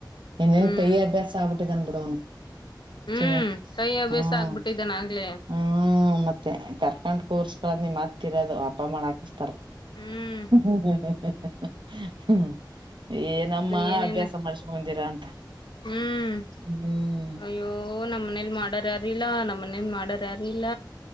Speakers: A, on the right; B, on the left.
A: ಇನ್ನೇನ್
B: ಹ್ಮ್
A: ಪೇಯ ಅಭ್ಯಾಸ ಆಗಬಿಟ್ಟಿದಾನ್ ಬಿಡು ಅವ್ನು
B: ಹ್ಮ್
A: ಚಿನ
B: ಕೈ ಅಭ್ಯಾಸ
A: ಹ್ಮ
B: ಆಗ್ಬಿಟ್ಟಿದ್ದಾನ ಆಗ್ಲೇ
A: ಹ್ಮ ಮತ್ತೆ ಕರ್ಕಂಡ ಕೂರ್ಸ್ ನಿ ಮತ್ತಿರೋದು ಹಬ್ಬ ಮಾಡ ಹಾಕಸ್ತಾರ
B: ಹ್ಮ್
A: ಹ್ ಹ್ ಹ್ ಹ್ ಹಾ ಹ್ಮ ಏನಮ್ಮ
B: ಅದು ಏನೇನ
A: ಅಭ್ಯಾಸ ಮಾಡ್ಸಕಂಬದಿರಾ ಅಂತ
B: ಹ್ಮ್
A: ಹ್ಮ್
B: ಅಯ್ಯೋ ನಮ್ಮನೇಲಿ ಮಾಡಾರಾರಿಲ್ಲ ನಮ್ಮನೆ ಮ ಮಾಡರ್ಯಾರಿಲ್ಲ